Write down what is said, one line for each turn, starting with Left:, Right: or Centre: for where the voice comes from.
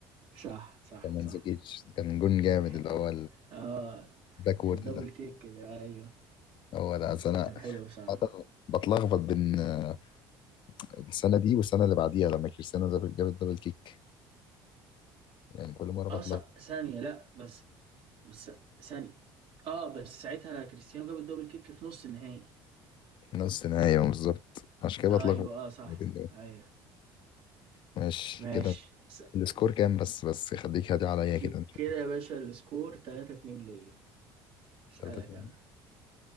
Right: صح صح
Left: كان مانزوكيتش
Right: صح
Left: كان جون
Right: <laughs>
Left: جامد اللي هو
Right: اه
Left: الباكورد
Right: الدبل
Left: ده
Right: كيك كده ايوه
Left: هو ده أصل انا
Right: كان حلو صح
Left: عادة بتلخبط بين آه، السنة دي والسنة اللي بعديها لما كريستيانو ده جاب الدبل كيك يعني كل مرة
Right: اه
Left: بتلخبط
Right: صح ثانية لا بس بس ثانية اه بس ساعتها كريستيانو جاب الدبل كيك في نص النهائي
Left: نص نهائي أه، بالظبط عشان كده
Right: ايوه
Left: بتلخبط
Right: اه صح
Left: الاتنين دول.
Right: ايوه
Left: ماشي
Right: ماشي
Left: كده
Right: س-
Left: السكور كام بس بس خليك هادي عليا
Right: ك-
Left: كده نشوف
Right: كده يا باشا السكور 3 2 ليا اسالك
Left: تلاتة تلاتة.
Right: انا